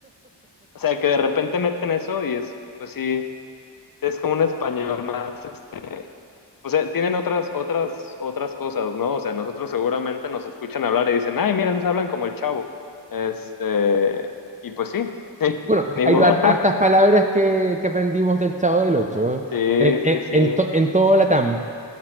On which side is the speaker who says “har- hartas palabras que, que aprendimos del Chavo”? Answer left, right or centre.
Right